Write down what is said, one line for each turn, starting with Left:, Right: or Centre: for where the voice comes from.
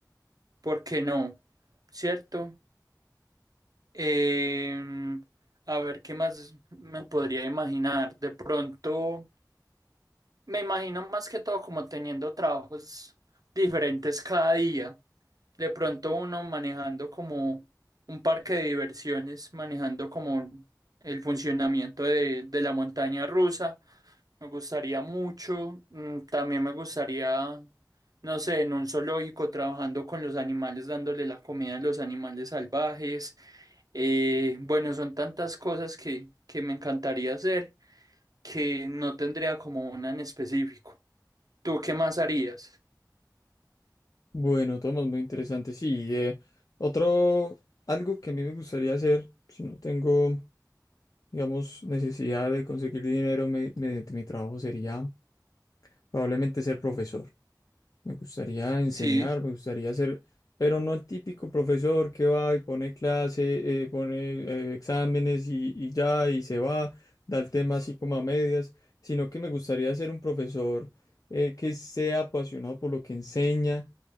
Right: por qué no? ¿Cierto? Em, a ver, ¿qué más me podría imaginar? De pronto, me imagino más que todo como teniendo trabajos diferentes cada día. De pronto uno manejando como un parque de diversiones, manejando como el funcionamiento de de la montaña rusa Me gustaría mucho. mm, También me gustaría, no sé, en un zoológico trabajando con los animales, dándole la comida a los animales salvajes. Eh, bueno, son tantas cosas que, que me encantaría hacer que no tendría como una en específico. ¿Tú qué más harías?
Left: Bueno, Tomás, muy interesante. Sí, eh, otro, algo que a mí me gustaría hacer, si no tengo, digamos, necesidad de conseguir dinero me- mediante mi trabajo, sería probablemente ser profesor. Me gustaría enseñar,
Right: Sí,
Left: me gustaría ser, pero no el típico profesor que va y pone clase, eh, pone eh, exámenes y, y ya, y se va, da el tema así como a medias, sino que me gustaría ser un profesor eh, que sea apasionado por lo que enseña,